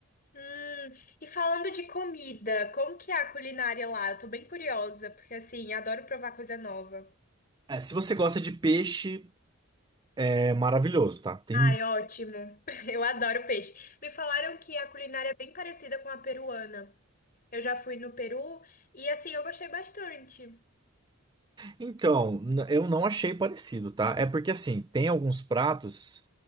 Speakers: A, on the left; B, on the right.
A: Hum, e falando de comida, como que é a culinária lá? Eu tô bem curiosa, porque assim, adoro provar coisa nova.
B: É, se você gosta de peixe, é maravilhoso, tá? Tem
A: Ai, ótimo. <laughs> Eu adoro peixe. Me falaram que a culinária é bem parecida com a peruana. Eu já fui no Peru e assim eu gostei bastante.
B: Então, n- eu não achei parecido, tá? É porque assim, tem alguns pratos